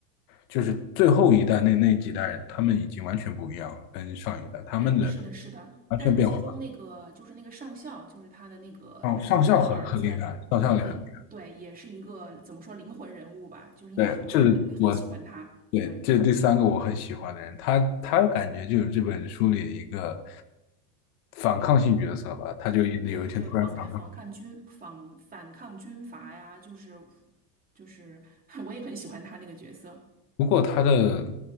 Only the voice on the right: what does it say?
对，是的，是的。
但其中那个就是那个上校，就是他的那个男主角的儿子，
那个对，也是一个怎么说灵魂人物吧，就是应该很多人也会很喜欢他。
对。
对对，反抗反抗军反反抗军阀呀，就是就是，<laughs> 我也很喜欢他那个角色。